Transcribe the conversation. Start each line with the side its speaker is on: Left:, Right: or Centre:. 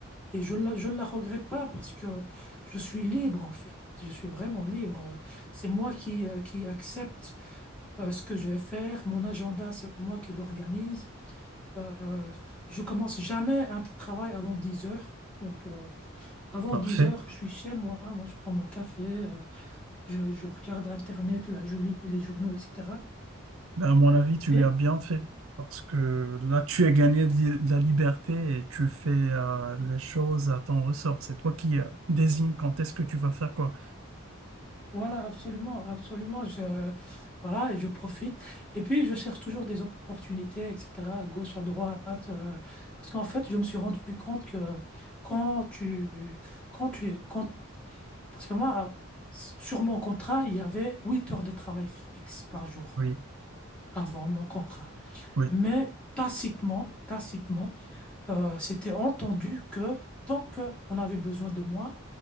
Centre: et je, la- je ne la regrette pas parce que je suis libre en fait. Je suis vraiment libre. C'est moi qui, euh, qui accepte euh, ce que je vais faire. Mon agenda, c'est moi qui l'organise. Euh, je commence jamais un travail avant 10 heures. Donc, euh, avant
Right: parfait.
Centre: 10 heures, je suis chez moi, moi je prends mon café, euh, je, je regarde Internet, là, je lis les journaux, etc.
Right: Ben, à mon avis, tu
Centre: Et
Right: lui as bien fait. Parce que là, tu as gagné de li- de la liberté et tu fais euh, les choses à ton ressort. C'est toi qui euh, désigne quand est-ce que tu vas faire quoi.
Centre: voilà, absolument, absolument, je, voilà, et je profite. Et puis, je cherche toujours des opportunités, etc., à gauche, à droite, euh, parce qu'en fait, je me suis rendu compte que quand tu, quand tu, quand, parce que moi, sur mon contrat, il y avait 8 heures de travail fixe par jour
Right: Oui,
Centre: avant mon contrat.
Right: oui,
Centre: Mais tacitement, tacitement, Euh, c'était entendu que tant qu'on avait besoin de moi,